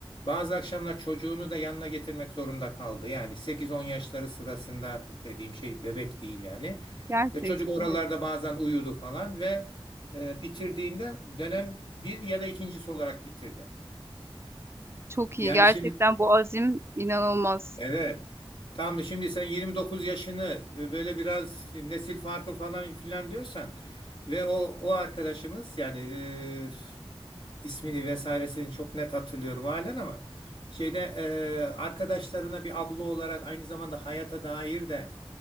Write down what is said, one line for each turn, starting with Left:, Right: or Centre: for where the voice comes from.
Left: Bazı akşamlar çocuğunu da yanına getirmek zorunda kaldı. Yani 8-10 yaşları sırasında dediğim şey bebek değil yani.
Right: Gerçek,
Left: Ya çocuk oralarda
Right: evet.
Left: bazen uyudu falan ve e, bitirdiğinde dönem bir ya da ikincisi olarak bitirdi.
Right: Çok iyi.
Left: Yani
Right: Gerçekten
Left: şimdi
Right: bu azim inanılmaz.
Left: Evet. Tam şimdi sen 29 yaşını e, böyle biraz nesil farkı falan filan diyorsan ve o o arkadaşımız yani e, ismini vesairesini çok net hatırlıyorum halen ama şeyde e, arkadaşlarına bir abla olarak aynı zamanda hayata dair de